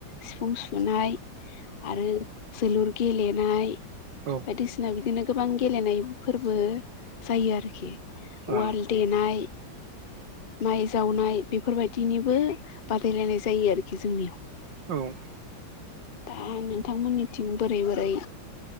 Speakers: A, on the left; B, on the right.
A: सिफुं सुनाय आरो जोलुर गेलेनाय
B: औ
A: बायदिसिना बिदिनो गोबां गेलेनाय फोरबो जायो आरोखि उवाल
B: आ औ
A: देनाय माइ जावनाय बेफोरबायदिनिबो बादायलायनाय जायो आरोखि जोंनियाव
B: औ
A: दा नोंथांमोननिथिं बोरै बोरै